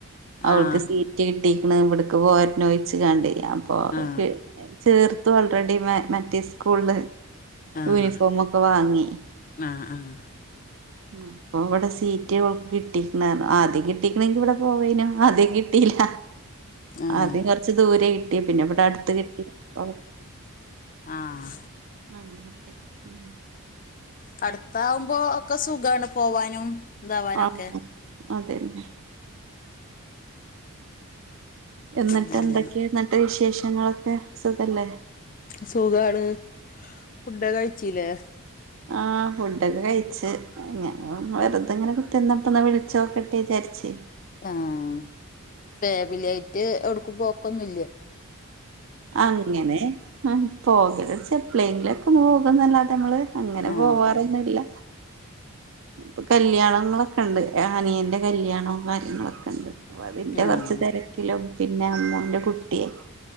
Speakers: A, on the right; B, on the left.
A: അവൾക്ക്
B: ആഹ്
A: സീറ്റ് കിട്ടീക്ക്ണ് ഇവിട്ക്ക് പോരനൊഴിച്ച് കാണ്ടെ അപ്പൊ
B: ആഹ്
A: ചേർത്തു ഓൾറെഡി മ മറ്റേ സ്കൂളില്
B: ആഹ്
A: യൂണിഫോമൊക്ക വാങ്ങി
B: ആഹ് ആഹ്
A: അപ്പൊ ഇവിടെ സീറ്റ് ഇവൾ കിട്ടീക്ക്ണ് ആദ്യം കിട്ടീക്കണെങ്കി ഇവിടെ പോവേനു ആദ്യം കിട്ടിയില്ല
B: ആഹ്
A: ആദ്യം കൊറച്ച് ദൂരേ കിട്ടിയ പിന്നെ ഇവിടെ അടുത്ത് കിട്ടി പ്പോ
B: ആഹ്
A: അങ്ങനെയൊക്കെ ഉം
B: അടുത്താവുമ്പോ ഒക്ക സുഖാണ് പോവാനും ഇതാവാനൊക്കെ
A: ആഹ്‌ അതെന്നെ എന്നിട്ട്
B: പിന്നെ
A: എന്തൊക്കെയാ എന്നിട്ട് വിശേഷങ്ങളൊക്കെ സുഖല്ലേ?
B: സുഖാണ് ഫുഡ് കഴിച്ചീല്ലേ
A: ആഹ്‌ ഫുഡൊക്ക കഴിച്ച് ഞാൻ വെറുതെങ്ങനെ കുത്തിർന്നപ്പന്നാ വിളിച്ചോക്കട്ടെ വിചാരിച്ച്
B: ആഹ്‌ ഫാമിലിയായിട്ട് എവിടക്കും പോക്കൊന്നുയില്ലേ?
A: അങ്ങനെ ആഹ് പോകലുവച്ച പ്ലെയിനിലൊക്ക പോകോന്നല്ലാതെ നമ്മള് അങ്ങനെ
B: ആഹ്
A: പോവാറൊന്നുല്ല ഇപ്പൊ കല്യാണങ്ങളൊക്ക ഒണ്ട് ആഹ് ആനിയന്റെ കല്യാണോം കാര്യങ്ങളൊക്കണ്ട് അതിന്റെ
B: ആഹ്
A: കൊറച്ച് തെരക്കിലും പിന്നെ അമ്മൂന്റെ കുട്ടിയെ